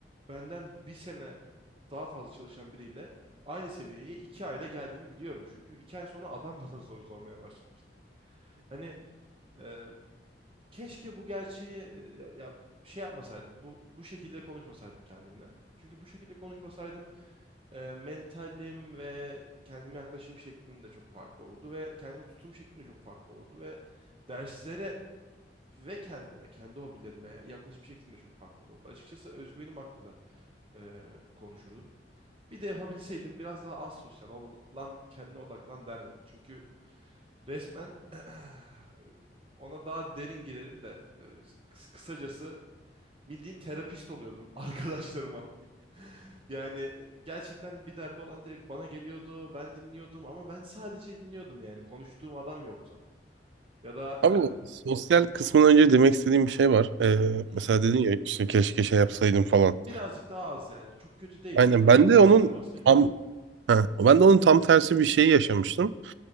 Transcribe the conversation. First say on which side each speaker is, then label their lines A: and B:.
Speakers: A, on the right; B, on the right.
A: benden bir sene daha fazla çalışan biriyle aynı seviyeye iki ayda geldiğimi biliyorum. Çünkü iki ay sonra adam bana <laughs> soru sormaya başlamıştı. Hani e, Keşke bu gerçeği e, ya şey yapmasaydım. Bu bu şekilde konuşmasaydım kendimle. Çünkü bu şekilde konuşmasaydım e, mentalim ve kendime yaklaşım şeklim de çok farklı olurdu ve kendime tutum şeklim de çok farklı olurdu ve derslere ve kendime, kendi hobilerime yaklaşım şeklim de çok farklı olurdu. Açıkçası özgüvenim hakkında e, konuşurdum. Bir de yapabilseydim biraz daha az sosyal ol- lan kendine odaklan derdim. Çünkü resmen <clears throat> ona daha derin girerim de e, kıs- kısacası bildiğin terapist oluyordum <laughs> arkadaşlarıma. Yani e, gerçekten bir derdi olan direkt bana geliyordu. Ben dinliyordum ama ben sadece dinliyordum yani. Konuştuğum adam yoktu. Ya da
B: Abi bu sosyal kısmından önce demek istediğim bir şey var. Ee,
A: e, hı,
B: mesela dedin ya işte keşke şey yapsaydım falan.
A: birazcık daha az yani. Çok kötü değil
B: Aynen
A: ya. Ben
B: ben
A: asosyal
B: de onun
A: olmak istemiyorum.
B: tam ha, ben de onun tam tersi bir şeyi yaşamıştım.